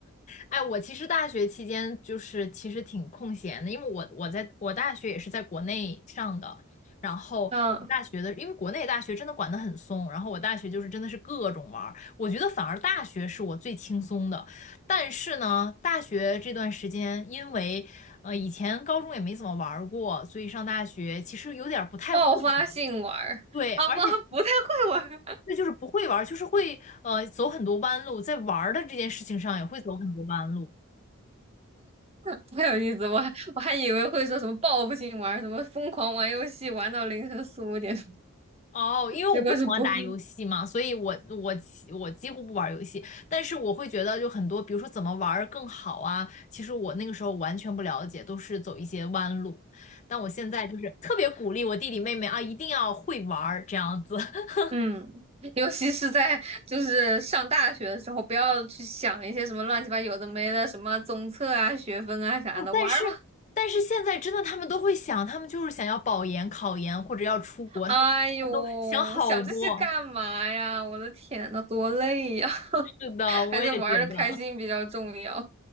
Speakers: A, on the left; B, on the right.
A: 哎，我其实大学期间就是其实挺空闲的，因为我我在我大学也是在国内上的，然后我大学的，
B: 嗯，
A: 因为国内大学真的管得很松，然后我大学就是真的是各种玩儿，我觉得反而大学是我最轻松的，但是呢，大学这段时间因为呃以前高中也没怎么玩儿过，所以上大学其实有点儿不太会玩儿
B: 爆发性玩儿啊，
A: 对，而且
B: 不，不太会玩儿，
A: 这就是不会玩儿，就是会呃走很多弯路，在玩儿的这件事情上也会走很多弯路。
B: <laughs> 不太有意思。我还我还以为会说什么报复性玩儿，什么疯狂玩游戏玩到凌晨四五点，
A: 哦，
B: <laughs>
A: 因为我不喜欢打游戏嘛，
B: 结果是不会。
A: 所以我我几我几乎不玩游戏，但是我会觉得就很多，比如说怎么玩儿更好啊，其实我那个时候完全不了解，都是走一些弯路，但我现在就是特别鼓励我弟弟妹妹啊，一定要会玩儿这样子。<laughs>
B: 嗯，尤其是在就是上大学的时候，不要去想一些什么乱七八有的没的，什么综测啊、学分啊啥的，
A: 哦但是但是现在真的他们都会想，
B: 玩儿吧。
A: 他们就是想要保研、考研或者要出国，
B: 哎呦，
A: 他们都想好多。
B: 想这些干嘛呀？我的天呐，多累呀！<laughs>
A: 是的，我也觉得。
B: 还是玩的开心比较重要。